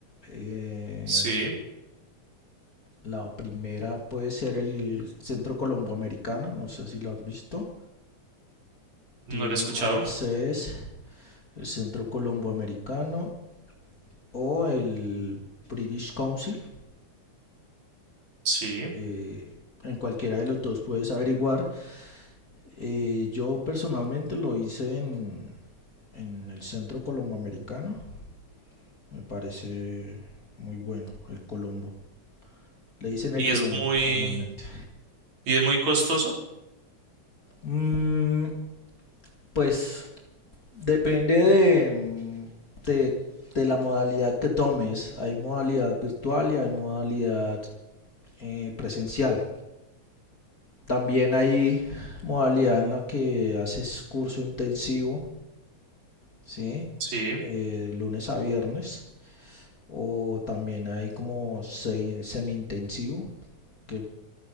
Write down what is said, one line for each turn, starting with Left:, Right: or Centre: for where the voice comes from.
Left: Eh,
Right: Sí,
Left: la primera puede ser el Centro Colomboamericano, no sé si lo has visto.
Right: no
Left: Tiene
Right: lo he escuchado.
Left: varias sedes, el Centro Colomboamericano o el British Council.
Right: Sí.
Left: Eh, en cualquiera de los dos puedes averiguar. Eh, yo personalmente lo hice en, en el centro colomboamericano. Me parece muy bueno el Colombo. Le dicen
Right: Y
Left: el Colombo
Right: es muy,
Left: normalmente.
Right: y es muy costoso.
Left: Mm, pues depende de, de, de la modalidad que tomes. Hay modalidad virtual y hay modalidad eh, presencial. También hay modalidad en la que haces curso intensivo ¿sí?
Right: Sí,
Left: Eh, lunes a viernes. O también hay como se- semi-intensivo, que